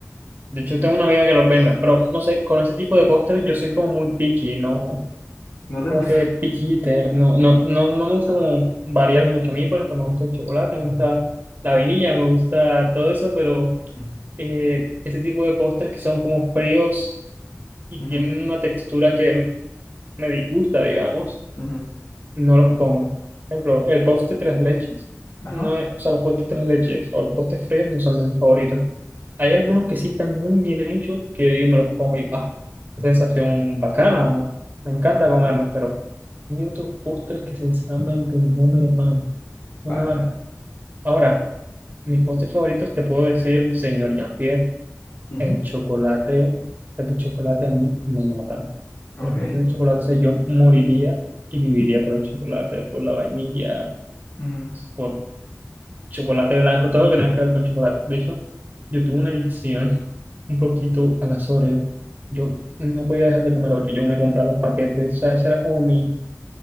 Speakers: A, on the right (about 35°); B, on the left (about 65°).
A: de hecho tengo una amiga que los vende, pero no sé, con ese tipo de postres yo soy como muy picky, ¿no?
B: ¿No te
A: Como
B: gusta?
A: que picky eater, no, no, no, no me gusta como variar mucho a mí, por ejemplo, me gusta el chocolate, me gusta la vainilla, me gusta todo eso, pero
B: <laughs>
A: eh, ese tipo de postres que son como fríos y
B: Ujú,
A: tienen una textura que me disgusta, digamos
B: ujú.
A: no los como. Por ejemplo, el postre tres leches,
B: Ajá.
A: no es- o sea, los postres tres leches o los postres fríos no son de mis favoritos. Hay
B: Ujú,
A: algunos que sí están muy bien hechos que yo digo, me los como y ah,
B: ujú.
A: qué sensación bacana, o me encanta
B: Ok.
A: comerlos, pero hay otros postres que sinceramente no me van, no
B: Vale,
A: me van.
B: vale.
A: Ahora, mis postres favoritos te puedo decir, señor Jean-Pierre,
B: Ujú,
A: el chocolate, el chocolate a mí me mata.
B: Ok.
A: Los postres de chocolate, o sea, yo moriría y viviría por el chocolate, por la vainilla
B: Ujú.
A: por chocolate blanco, todo lo que tenga que ver con chocolate. De hecho, yo tuve una adicción un poquito a las Oreos. Yo no podía dejar de comer
B: Sí,
A: Oreos. Yo me compraba los paquetes. O sea, ese era como mi...